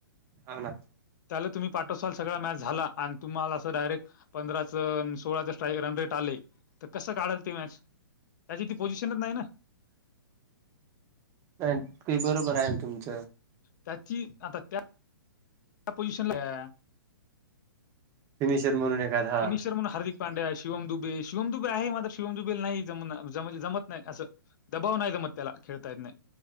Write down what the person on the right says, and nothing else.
हो ना.
ते बरोबर आहे तुमच.
फिनिशर म्हणून- एखादा हा.